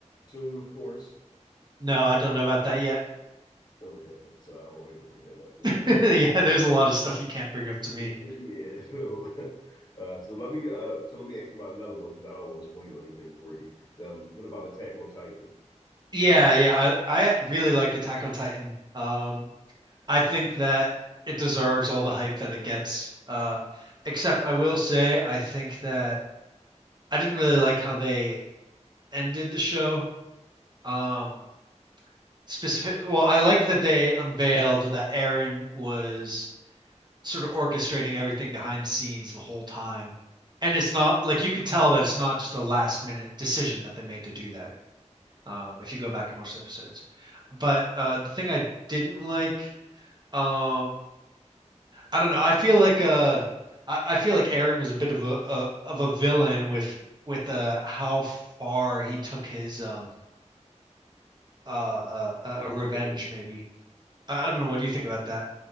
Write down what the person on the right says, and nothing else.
No, I don't know about that yet.
<laughs>
Yeah, there's
a lot of stuff you can't bring up to me.
Yeah, yeah. I I really like Attack on Titan. Um I think that it deserves all the hype that it gets. Uh, except I will say I think that I didn't really like how they ended the show. Um, specific. Well, I like that they unveiled that Aaron was sort of orchestrating everything behind the scenes the whole time, and it's not like you could tell that it's not just a last minute decision that they made to do that. Um, if you go back and watch the episodes, but uh, the thing I didn't like. Um, I don't know. I feel like uh I, I feel like Aaron was a bit of a, a of a villain with with uh how far he took his um uh uh,
uh revenge
maybe. I, I don't
know. What do you think about that?